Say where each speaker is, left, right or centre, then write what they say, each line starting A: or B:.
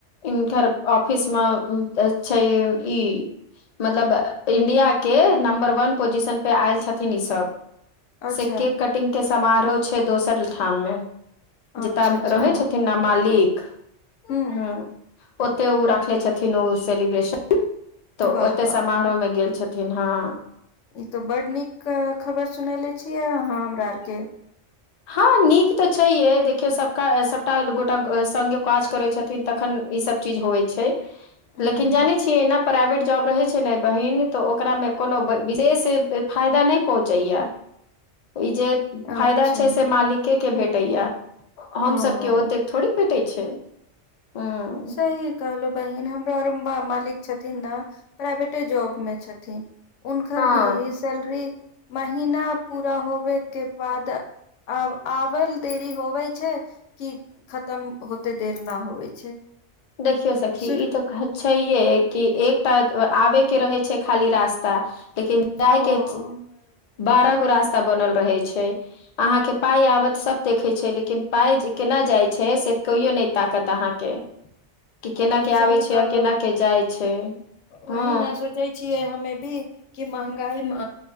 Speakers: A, on the left; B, on the left.
A: हिनकर ऑफिस मे छै ई मतलब इंडिया के नम्बर वन पोजिशन पे आयल छथिन ई सब
B: अच्छा
A: से केक कटिंग के समारोह छै दोसर ठाम मे
B: अच्छा
A: जत
B: अच्छा
A: रहै
B: ओ
A: छथिन ने मालिक
B: हूँ
A: हँ ओते ओ राखले छथिन ओ सेलिब्रेशन तऽ
B: वाह
A: ओते
B: वाह
A: समारोह मे गेल छथिन हँ
B: ई तऽ बड नीक खबर सुननेे छियै अहाँ हमरा आरके
A: हँ नीक तऽ छैे देखियौ सबटा सबटा गोटा स काज करै छथिन तखन ई सब चीज होबै छै
B: हूँ
A: लेकिन
B: हूँ
A: जानै छियै एना प्राइवेट जॉब रहै छै ने बहिन तऽ ओकरामे कोनो विशेष फायदा नहि पहुँचैया ई जे फायदा
B: अच्छा
A: छै से मालिके के भेटैया हमसब
B: ओ
A: के ओतेक थोड़े भेटै छै ह
B: सही कहलहु बहिन हमरो आरो मालिक छथिन ने प्राइवेटे जॉब में छथिन उनकर
A: हँ
B: भी सैलरी महिना पूरा होबे के बाद आब आबल देरी होवे छै कि खत्म होते देर न होवे छै
A: देखियौ सखी
B: शुरू
A: ई तऽ कह छै ये कि एकटा आबे के रहै छै खाली रास्ता लेकिन
B: हँ
A: जाय के बारह गो रास्ता बनल रहे छै अहाँके पाइ आबत सभ देखैत छै लेकिन पाइ जे केना जाइत छै से कहिो नहि ताकत अहाँके कि केना के
B: सही
A: आबै छै
B: कहलो
A: आ केना के जाइ छै
B: वही
A: हँ
B: न सोचै छियै हमे भी कि महगाई मे